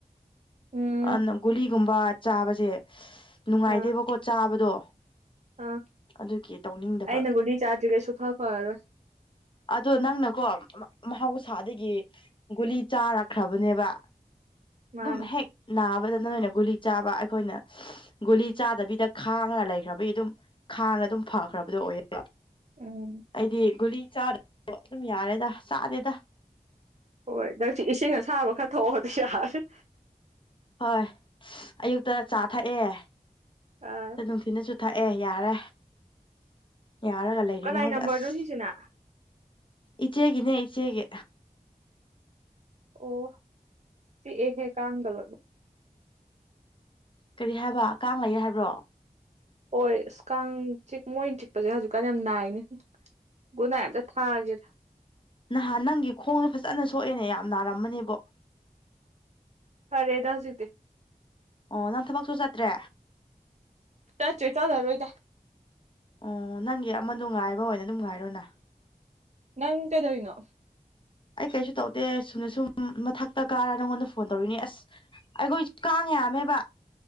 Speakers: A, on the right; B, on the left.
A: ꯎꯝ
B: ꯑꯗꯅ ꯒꯨꯂꯤꯒꯨꯝꯕ ꯆꯥꯕꯁꯦ ꯅꯨꯡꯉꯥꯏꯇꯦꯕꯀꯣ
A: ꯑꯥ
B: ꯆꯥꯕꯗꯣ
A: ꯑꯥ
B: ꯑꯗꯨꯒꯤ ꯇꯧꯅꯤꯡꯗꯕ
A: ꯑꯩꯅ ꯒꯨꯂꯤ ꯆꯥꯗ꯭ꯔꯤꯒꯩ ꯁꯨꯡꯐ ꯐꯔꯔꯣꯏ
B: ꯑꯗꯣ ꯅꯪꯅꯀꯣ ꯃ ꯃꯍꯧꯁꯥꯗꯒꯤ ꯒꯨꯂꯤ ꯆꯥꯔꯛꯈ꯭ꯔꯕꯅꯦꯕ
A: ꯃꯥꯅꯤ
B: ꯑꯗꯨꯝ ꯍꯦꯛ ꯅꯥꯕꯗ ꯅ‌ꯣꯏꯅ ꯒꯨꯂꯤ ꯆꯥꯕ ꯑꯩꯈꯣꯏꯅ ꯒꯨꯂꯤ ꯆꯥꯗꯕꯤꯗ ꯈꯥꯡꯉꯒ ꯂꯩꯈ꯭ꯔꯕꯩ ꯑꯗꯨꯝ ꯈꯥꯡꯂ ꯗꯨꯝ ꯐꯈ꯭ꯔꯕꯗꯣ ꯑꯣꯏꯌ‌ꯦꯕ
A: ꯎꯝ
B: ꯑꯩꯗꯤ ꯒꯨꯂꯤ ꯆꯥꯗ꯭ꯔ <inaudible> ꯑꯗꯨꯝ ꯌꯥꯔꯦꯗ ꯆꯥꯗꯦꯗ
A: ꯍꯣꯏ ꯅꯪꯁꯤ ꯏꯁꯤꯡ ꯑꯁꯥꯕ ꯈꯔ ꯊꯣꯛꯑꯗꯤ ꯌꯥꯔꯦ
B: ꯍꯣꯏ ꯑꯌꯨꯛꯇ ꯆꯥ ꯊꯛꯑꯦ
A: ꯑ
B: ꯑꯗ ꯅꯨꯡꯊꯤꯅꯁꯨ ꯊꯛꯑꯦ ꯌꯥꯔꯦ ꯌꯥꯔꯒ ꯂꯩꯔꯤꯅꯦ
A: ꯀꯅꯥꯏ
B: ꯍꯧꯖꯤꯛ
A: ꯅꯝꯕꯔꯅꯣ
B: ꯑꯁ
A: ꯁꯤꯁꯤꯅ
B: ꯏꯆꯦꯒꯤꯅꯦ ꯏꯆꯦꯒꯤ
A: ꯑꯣ ꯆꯤꯛꯑꯦꯍꯦ ꯀꯥꯡꯒ ꯂꫭꯏꯃꯛ
B: ꯀꯔꯤ ꯍꯥꯏꯕ ꯀꯥꯡ ꯂꯩꯑꯦ ꯍꯥꯏꯕ꯭ꯔꯣ
A: ꯍꯣꯏ ꯑꯁ ꯀꯥꯡ ꯆꯤꯛ ꯃꯣꯏꯅ ꯆꯤꯛꯄꯁꯦ ꯍꯧꯖꯤꯛꯀꯥꯟ ꯌꯥꯝ ꯅꯥꯏꯅꯦ ꯨꯒꯨꯗ ꯅꯥꯏꯠ ꯑꯝꯇꯥ ꯊꯥꯒꯦꯗ
B: ꯅꯍꯥꯟ ꯅꯪꯒꯤ ꯈꯣꯡꯗꯣ ꯐꯖꯅ ꯁꯣꯛꯑꯦꯅꯦ ꯌꯥꯝ ꯅꯥꯔꯝꯕꯅꯦꯕꯣ
A: ꯐꯔꯦꯗ ꯍꯧꯖꯤꯛꯇꯤ
B: ꯑꯣ ꯅꯪ ꯊꯕꯛꯁꯨ ꯆꯠꯇ꯭ꯔꯦ
A: ꯆꯠ꯭ꯔꯦ ꯆꯠꯂꯔꫭꯏꯗ
B: ꯑꯣ ꯅꯪꯒꯤ ꯑꯃꯗꯣ ꯉꯥꯏꯕ ꯑꯣꯏꯅ ꯑꯗꯨꯝ ꯉꯥꯏꯔꯣꯅ
A: ꯅꯪ ꯀꯩꯗꯧꯏꯅꯣ
B: ꯑꯩ ꯀꯩꯁꯨ ꯇꯧꯗꯦ ꯁꯨꯝꯅ ꯁꯨꯝ ꯃꯊꯛꯇ ꯀꯥꯔ ꯅꯪꯉꯣꯟꯗ ꯐꯣꯟ ꯇꯧꯔꯤꯅꯤ ꯑꯁ ꯑꯩꯈꯣꯏꯁꯨ ꯀꯥꯡ ꯌꯥꯝꯃꯦꯕ